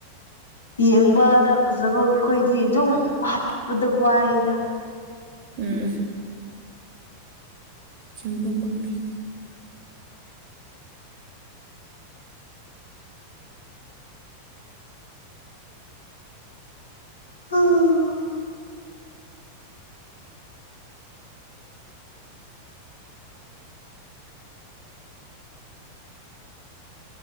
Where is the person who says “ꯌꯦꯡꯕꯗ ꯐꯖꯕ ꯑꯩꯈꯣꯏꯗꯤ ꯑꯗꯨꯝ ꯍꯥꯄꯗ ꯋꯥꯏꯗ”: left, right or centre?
Left